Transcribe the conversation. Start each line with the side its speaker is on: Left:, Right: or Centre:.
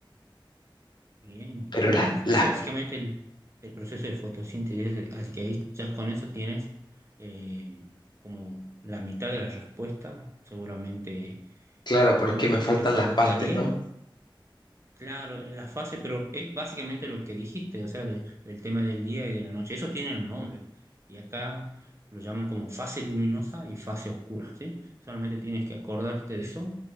Right: Bien,
Left: pero
Right: genial.
Left: la- las
Right: Ese es básicamente el, el proceso de fotosíntesis, así que ahí ya con eso tienes eh, como la mitad de la respuesta, seguramente.
Left: Claro,
Right: O sea,
Left: porque
Right: lo único
Left: me faltan
Right: que te faltaría
Left: las partes, ¿no?
Right: Claro, en la fase, pero es básicamente lo que dijiste, o sea, de- del tema del día y de la noche. Eso tiene un nombre. Y acá lo llaman como fase luminosa y fase oscura, ¿sí? Solamente tienes que acordarte de eso